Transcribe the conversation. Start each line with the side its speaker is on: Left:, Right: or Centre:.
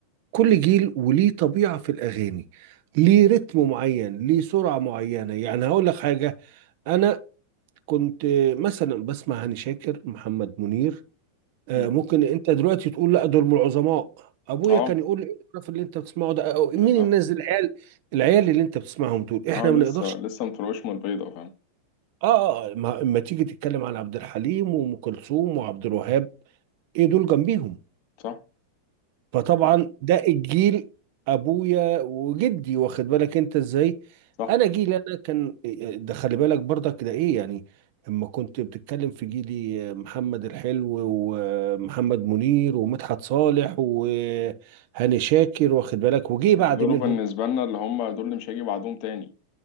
Right: كل جيل وليه طبيعه في الاغاني ليه رتم معين ليه سرعه معينه يعني هقول لك حاجه انا كنت مثلا بسمع هاني شاكر محمد منير آه،
Left: مم.
Right: ممكن انت دلوقتي تقول لا دول من العظماء ابويا
Left: اه
Right: كان يقول لي ايه القرف اللي انت بتسمعه ده أو مين
Left: بالظبط
Right: الناس العيال العيال اللي انت بتسمعهم دول احنا
Left: اه لسه
Right: ما نقدرش
Left: لسه مفروش من البيضه فاهم
Right: اه آه، ما ما تيجي تتكلم عن عبد الحليم وام كلثوم وعبد الوهاب ايه دول جنبيهم
Left: صح
Right: فطبعا
Left: ده حقيقي.
Right: ده الجيل ابويا وجدي واخد بالك انت ازاي
Left: صح
Right: انا جيلي انا كان ده خلي بالك برضك ده ايه يعني اما كنت بتتكلم في جيلي محمد الحلو ومحمد منير ومدحت صالح وهاني شاكر واخد بالك وجي بعد
Left: دول
Right: منهم
Left: بالنسبه لنا اللي هم دول اللي مش هيجي بعدهم تاني